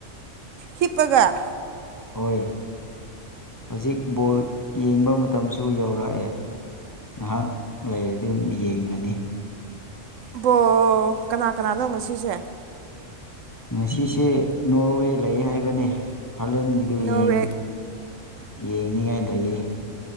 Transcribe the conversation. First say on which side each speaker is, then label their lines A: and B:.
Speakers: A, on the right; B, on the left.
A: ꯍꯤꯞꯄꯒ
B: ꯍꯣꯏ ꯍꯧꯖꯤꯛ ꯕꯣꯜ ꯌꯦꯡꯕ ꯃꯇꯝꯁꯨ ꯌꯧꯔꯛꯑꯦ ꯉꯥꯏꯍꯥꯛ ꯂꯩꯔꯗꯤ ꯑꯗꯨꯝ ꯌꯦꯡꯉꯅꯤ
A: ꯕꯣ ꯀꯅꯥ ꯀꯅꯥꯅꯣ ꯉꯁꯤꯁꯦ
B: ꯉꯁꯤꯁꯦ ꯅꯣꯔꯋꯦ ꯂꯩ ꯍꯥꯏꯕꯅꯦ ꯍꯂꯦꯟꯒꯤꯗꯨꯅꯤꯡ
A: ꯅꯣꯔꯋꯦ
B: ꯌꯦꯡꯅꯤꯡꯉꯥꯏ ꯂꯩꯌꯦ